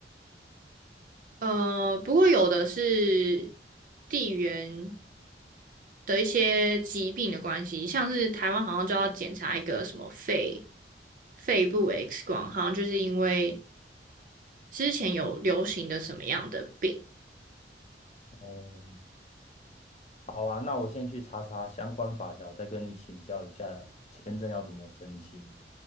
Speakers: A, on the right; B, on the left.
A: 呃，不过有的是地缘的一些疾病的关系，像是台湾好像就要检查一个什么肺肺部 X 光，好像就是因为之前有流行的什么样的病。
B: 哦，好啊，那我先去查查相关法条，再跟你请教一下签证要怎么申请。